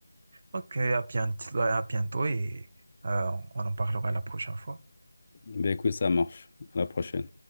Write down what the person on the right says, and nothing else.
Ok, à bientôt, à bientôt et euh, on en parlera la prochaine fois.